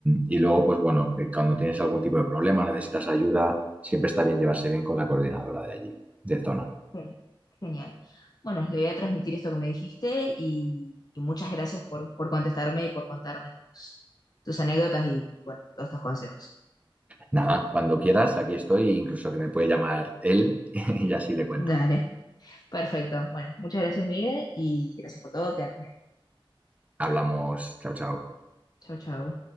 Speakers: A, on the right; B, on the left.
A: y luego, pues bueno, eh, cuando tienes algún tipo de problema, necesitas ayuda, siempre está bien llevarse bien con la coordinadora de allí, de zona.
B: Gen- Genial. Bueno, le voy a transmitir esto que me dijiste y, y muchas gracias por, por contestarme y por contarme tus, tus anécdotas y, bueno, todos estos consejos.
A: Nada, cuando quieras, aquí estoy, incluso que me puede llamar él <laughs> y así le cuento.
B: Dale, perfecto. Bueno, muchas gracias, Miguel, y gracias por todo. Que andes bien.
A: Hablamos, chao, chao.
B: Chau, chau.